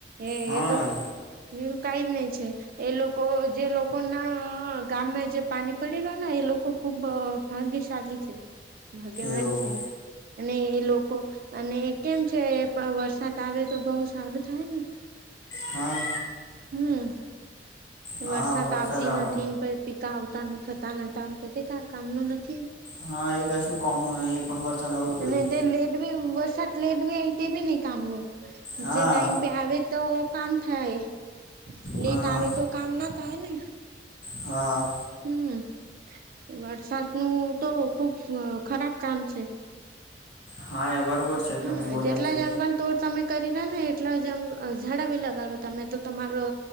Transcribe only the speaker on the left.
હા
એવું
હા
હા
આવ
હા એ ક શું કોમનું નહિ એ પણ વરસાદ આવું. જ જોઈએ
હા
હા
હા
હાએ બરોબર છે
તમે બોલ્યા
છે